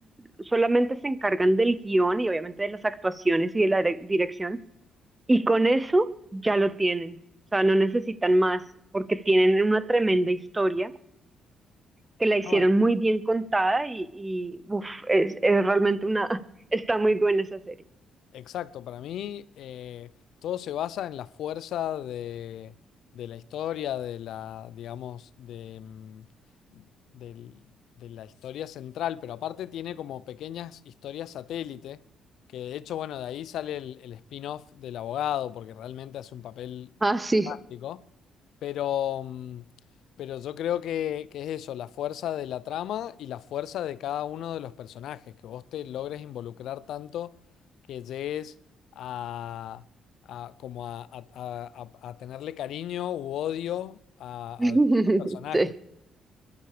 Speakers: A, on the right; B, on the left.
A: solamente se encargan del guión y obviamente de las actuaciones y de la dire- dirección y con eso ya lo tienen, o sea, no necesitan más porque tienen una tremenda historia que la hicieron
B: No,
A: muy bien contada y, y uf, es, es realmente una, <laughs> está muy buena esa serie.
B: Exacto, para mí eh, todo se basa en la fuerza de, de la historia, de la, digamos, de, mm, del- de la historia central, pero aparte tiene como pequeñas historias satélite, que de hecho, bueno, de ahí sale el, el spin-off del abogado, porque realmente hace un papel
A: Ah, sí.
B: fantástico, pero, mm, pero yo creo que, que es eso, la fuerza de la trama y la fuerza de cada uno de los personajes, que vos te logres involucrar tanto que llegues a, a- como a, a- a- a- a tenerle cariño u odio a,
A: <laughs>
B: a distintos personajes.
A: Sí,